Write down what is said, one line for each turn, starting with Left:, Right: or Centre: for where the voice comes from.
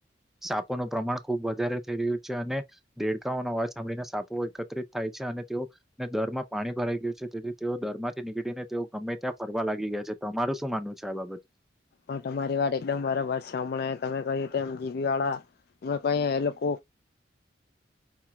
Centre: સાપોનું પ્રમાણ ખુબ વધારે થઈ રહ્યું છે અને દેડકાઓનો અવાજ સાંભળીને સાપો એકત્રિત થાય છે અને તેઓ ને દર માં પાણી ભરાઈ ગયું છે તેથી તેઓ દર માંથી નીકળીને તેઓ ગમે ત્યાં ફરવા લાગી ગયા છે. તમારું શું માનવું છે આ બાબત
Left: હ તમારી વાત એકદમ બરાબર છે હમણાં તમે કહ્યું તેમ જીબી વાળા હમણા કહી એ લોકો